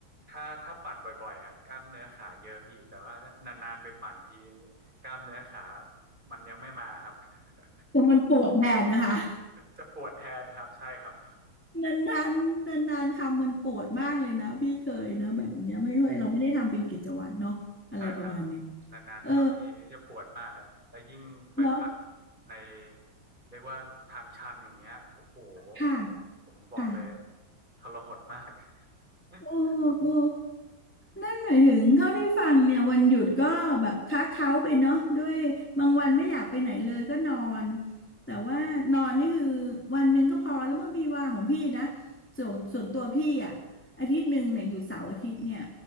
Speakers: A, on the right; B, in the centre.
A: ถ้าถ้าปั่นบ่อยๆอะกล้ามเนื้อขาเยอะพี่แต่ว่าถ้านานๆไปปั่นทีกล้ามเนื้อขามันยังไม่มาครับ <laughs>
B: แต่มันปวดแทนนะคะ
A: จะปวดแทนครับใช่ครับ
B: นานๆนานๆทำมันปวดมากเลยนะพี่เคยนะแบบเนี้ยไม่ค่อยเราไม่ได้ทำเป็นกิจวัตรเนาะอะไรประมาณเนี้ย
A: ใช่ครับนานๆทำทีจะปวดมากครับแล้วยิ่งไปปัด
B: เออเนาะ
A: ในเรียกว่าทางชันอย่างเงี้ยโอ้โห
B: ค่ะ
A: ผมบอกเลย
B: ค่ะ
A: ทรหดมาก <laughs>
B: โอ้โอ้นั่นหมายถึงเท่าที่ฟังเนี่ยวันหยุดก็แบบค้าเค้าไปเนาะด้วยบางวันไม่อยากไปไหนเลยก็นอนแต่ว่านอนนี่คือวันหนึ่งก็พอแล้วบางพี่ว่าของพี่นะส่วนส่วนตัวพี่อ่ะอาทิตย์หนึ่งเนี่ยอยู่เสาร์อาทิตย์เนี่ย